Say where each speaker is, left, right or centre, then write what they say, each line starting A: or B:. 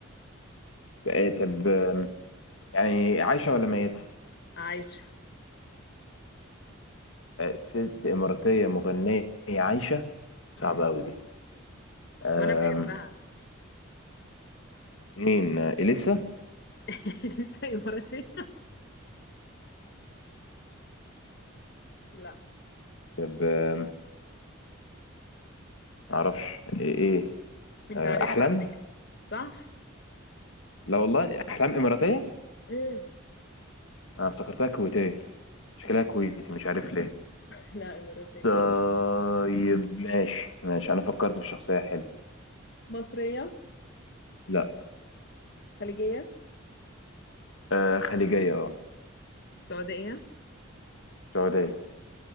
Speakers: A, on the left; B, on the left.
A: ت- طب آم، يعني عايشة ولا ميتة
B: عايشة
A: آه ست إماراتية مغنية عايشة صعبة
B: امم
A: أوي دي آم،
B: وانا بحبها
A: مين آه، إليسا
B: <laughs> لسه اماراتية لا
A: طب آم، معرفش إيه إيه؟
B: انت
A: آه
B: عارف
A: أحلام
B: على فكرة صح
A: لا والله أحلام إماراتية
B: ايه
A: أنا افتكرتها كويتية شكلها
B: لا
A: كويتي مش عارف ليه
B: لا إماراتية
A: طيب ماشي ماشي انا فكرت في شخصية حلوة
B: مصرية
A: لا
B: خليجية
A: آه خليجية اه
B: سعودية
A: سعودية